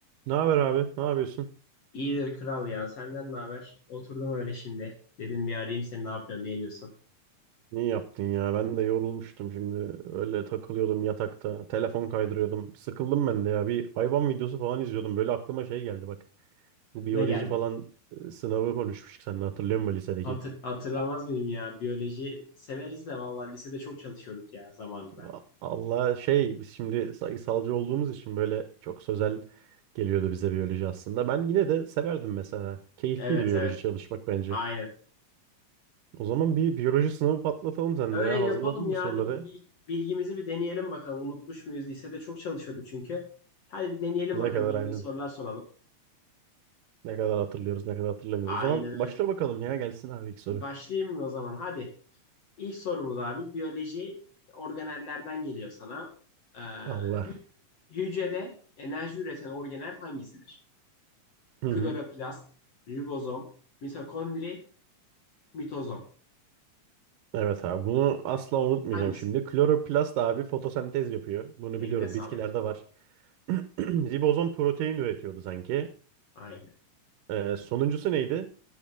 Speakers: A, on the right; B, on the left.
A: Ne haber abi? Ne yapıyorsun?
B: İyidir kral ya. Senden ne haber? Oturdum öyle şimdi. Dedim bir arayayım seni ne yapıyorsun, ne ediyorsun?
A: İyi yaptın ya. Ben de yorulmuştum şimdi. Öyle takılıyordum yatakta. Telefon kaydırıyordum. Sıkıldım ben de ya. Bir hayvan videosu falan izliyordum. Böyle aklıma şey geldi bak. Bu biyoloji
B: Ne geldi?
A: falan e, sınavı konuşmuştuk seninle hatırlıyor musun lisedeki?
B: Hatır- hatırlamaz mıyım ya? Biyoloji severiz de vallahi lisede çok çalışıyorduk ya zamanında.
A: A- Allah şey biz şimdi sayısalcı olduğumuz için böyle çok sözel geliyordu bize biyoloji aslında. Ben yine de severdim mesela. Keyifliydi
B: Evet
A: biyoloji
B: evet.
A: çalışmak bence.
B: Aynen.
A: O zaman bir biyoloji sınavı patlatalım seninle
B: Öyle
A: ya. Hazırladın
B: yapalım
A: mı
B: ya.
A: soruları?
B: Hadi bir bil- bilgimizi bir deneyelim bakalım. Unutmuş muyuz? Lisede çok çalışıyorduk çünkü. Hadi bir deneyelim
A: Ne
B: bakalım.
A: kadar
B: Birbirimize
A: aynen.
B: sorular soralım.
A: Ne kadar hatırlıyoruz, ne kadar hatırlamıyoruz.
B: Aynen
A: O zaman
B: öyle.
A: başla bakalım ya gelsin abi ilk soru.
B: Başlayayım mı o zaman? Hadi. İlk sorumuz abi biyoloji organellerden geliyor sana. Ee,
A: Allah.
B: hü- hücrede enerji üreten organel hangisidir?
A: Hı hı.
B: Kloroplast, ribozom, mitokondri, mitozom.
A: Evet abi bunu asla unutmayacağım
B: Hangisi?
A: şimdi. Kloroplast abi fotosentez yapıyor. Bunu
B: Eline
A: biliyorum
B: sağlık.
A: bitkilerde var. <clears throat> Ribozom protein üretiyordu sanki.
B: Aynen.
A: Ee, sonuncusu neydi?